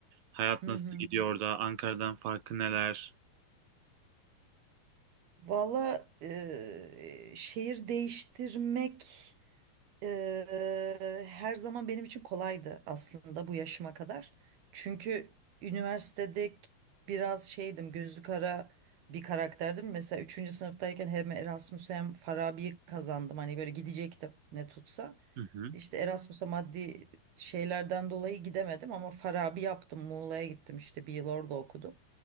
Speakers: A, on the right (about 65°); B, on the right (about 80°).
A: Hayat
B: Hı
A: nasıl
B: hı.
A: gidiyor orada? Ankara'dan farkı neler?
B: Valla eee, şehir değiştirmek Eee, her zaman benim için kolaydı aslında bu yaşıma kadar. Çünkü üniversitede biraz şeydim, gözü kara bir karakterdim. Mesela üçüncü sınıftayken hem Erasmus hem Farabi'yi kazandım. Hani böyle gidecektim ne tutsa.
A: Hı hı.
B: İşte Erasmus'a maddi şeylerden dolayı gidemedim ama Farabi yaptım. Muğla'ya gittim işte bir yıl orada okudum.